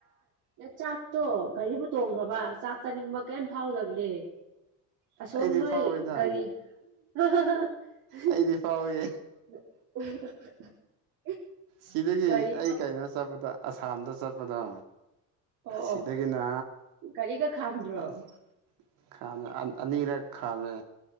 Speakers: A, on the right; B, on the right.
A: ꯅ ꯆꯥꯛꯇꯣ ꯘꯔꯤꯕꯨ ꯇꯣꯡꯈ꯭ꯔꯕ ꯆꯥꯛ ꯆꯥꯅꯤꯡꯕ ꯀꯔꯤꯝ ꯐꯥꯎꯗꯕꯅꯦ ꯑꯁꯣꯝ
B: ꯑꯩꯗꯤ
A: ꯅꯣꯏ
B: ꯐꯥꯎꯋꯦꯗ
A: ꯒꯥꯔꯤ <unintelligible>
B: ꯑꯩꯗꯤ ꯐꯥꯎꯋꯦ ꯁꯤꯗꯒꯤ
A: ꯒꯥꯔꯤ
B: ꯑꯩ ꯀꯩꯅꯣ ꯆꯠꯄꯗ ꯑꯁꯥꯝꯗ ꯆꯠꯄ ꯑꯗꯣ
A: ꯑꯣ
B: ꯁꯤꯗꯒꯤꯅ
A: ꯑꯣ ꯒꯥꯔꯤꯒ ꯈꯥꯝꯗ꯭ꯔꯣ
B: ꯑꯁ ꯈꯥꯝꯃꯦ ꯑꯅꯤꯔꯛ ꯈꯥꯝꯃꯦ